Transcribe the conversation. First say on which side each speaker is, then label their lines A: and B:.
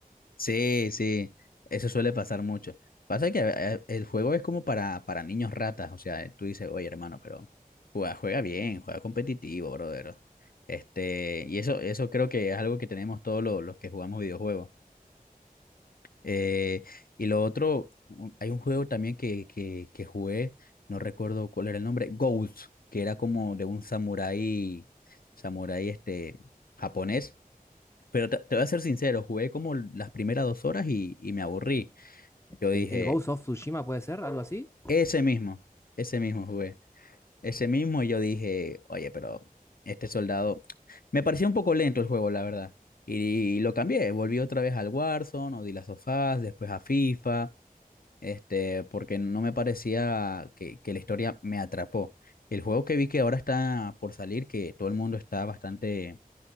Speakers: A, on the left; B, on the left.
A: Sí, sí, eso suele pasar mucho. Pasa que eh, el juego es como para, para niños ratas, o sea, tú dices, oye, hermano, pero juega, juega bien, juega competitivo, brother. Este, y eso, eso creo que es algo que tenemos todos lo- los, que jugamos videojuegos. Eh, y lo otro, un- hay un juego también que, que, que jugué, no recuerdo cuál era el nombre, Ghost, que era como de un samurái, samurái este, japonés. Pero te, te voy a ser sincero, jugué como las primeras dos horas y, y me aburrí. Yo dije,
B: ¿El, el Ghost of Tsushima puede ser algo así?
A: ese mismo, ese mismo jugué, ese mismo, y yo dije, oye, pero este soldado, me pareció un poco lento el juego, la verdad, y, lo cambié, volví otra vez al Warzone, o The Last of Us, después a FIFA, este, porque no me parecía que, que la historia me atrapó. El juego que vi que ahora está por salir, que todo el mundo está bastante,